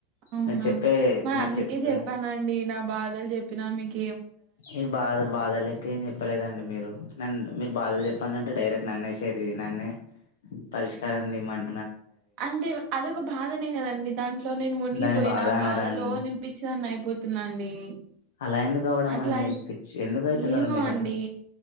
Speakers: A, on the right (about 55°); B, on the left (about 75°).
A: అవునా
B: మీరు చెప్పే
A: మరి
B: మీరు
A: అందుకే
B: చెప్పే
A: చెప్పానండి నా బాధలు చెప్పినా మీకు
B: ఇక బాధ బాధలే ఇంకేం చెప్పలేదండి మీరు నన్ను మీరు బాధలు చెప్పండి అంటే డైరెక్ట్ నన్నే షేర్ నన్నే పరిష్కారం ఇమ్మం
A: అంటే అదొక బాధనే కదండి దాంట్లో నేను మునిగిపోయినా
B: దాని బాధ అనరండి.
A: బాధలో నేను పిచ్చిదాన్ని అయి పోతున్నాండి
B: అలా ఎందుకు అవడం
A: అట్లా
B: అండి పిచ్చి ఎందుకు అయితున్నారు
A: ఏమో
B: మీరు
A: అండి
B: అలా